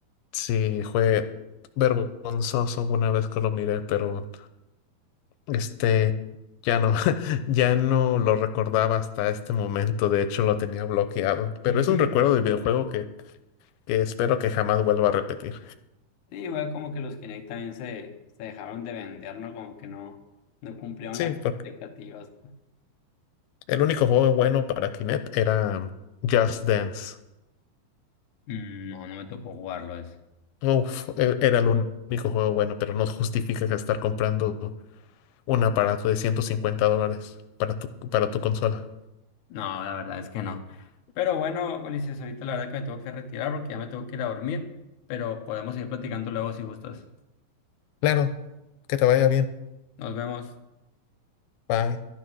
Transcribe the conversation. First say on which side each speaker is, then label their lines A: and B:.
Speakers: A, on the left; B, on the left.
A: Sí, fue vergonzoso una vez que lo miré, pero este ya no, <laughs> ya no lo recordaba hasta este momento. De hecho, lo tenía bloqueado. Pero
B: <laughs>
A: es un recuerdo del videojuego que, que espero que jamás vuelva a repetir.
B: Sí, igual como que los Kinect también se, se dejaron de vender, ¿no? Como que no, no cumplieron
A: Sí,
B: las
A: porque
B: expectativas.
A: el único juego bueno para Kinect era Just Dance.
B: Mm, No, no me tocó jugarlo ese.
A: Uf, e- era el único juego bueno, pero no justifica que estar comprando un aparato de 150 dólares para tu, para tu consola.
B: No, la verdad es que no. Pero bueno, Ulises, ahorita la verdad que me tengo que retirar porque ya me tengo que ir a dormir, pero podemos seguir platicando luego si gustas.
A: Claro, que te vaya bien.
B: Nos vemos.
A: Bye.